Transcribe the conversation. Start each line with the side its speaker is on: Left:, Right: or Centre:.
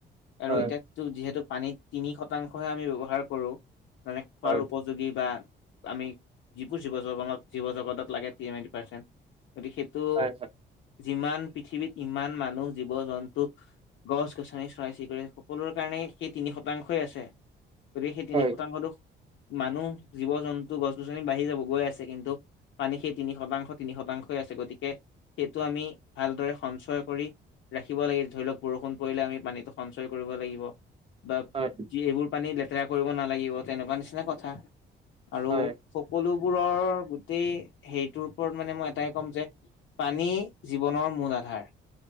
Right: হয়
Left: আৰু এতিয়া তো যিহেতু পানীত তিনি শতাংশহে আমি ব্যৱহাৰ কৰোঁ। মানে খোৱাৰ
Right: হয়
Left: উপযোগী বা। আমি যিবোৰ জীৱ জগ জীৱ জগতত লাগে ছেভেন টি পাৰ্চেণ্ট। গতিকে সেইটো
Right: হয় হয়
Left: যিমান পৃথিৱীত ইমান মানুহ জীৱ জন্তু। গছ-গছনি চৰাই চিৰিকটি সকলোৰে কাৰণে সেই তিনি শতাংশ। দু আছে। গতিকে সেই তিনি
Right: হয়
Left: শতাংশ তো। মানুহ জীৱ-জন্তু গছ গছনি বাঢ়ি যাব গৈ আছে। কিন্তু, পানী সেই তিনি শতাংশ তিনি শতাংশই আছে। গতিকে সেইটো আমি ভালদৰে সঞ্চয় কৰি। ৰাখিব লাগে। ধৰি লওক বৰষুণ পৰিলে আমি পানীটো সঞ্চয় কৰিব লাগিব বা।
Right: হয়
Left: এইবোৰ পানীত লেতেৰা কৰিব নালাগিব তেনেকুৱা নিচিনা কথা। আৰু
Right: হয়
Left: সকলোবোৰৰ গোটেই। সেইটোৰ ওপৰত মানে মই এটাই ক'ম যে পানী জীৱনৰ মূল আধাৰ।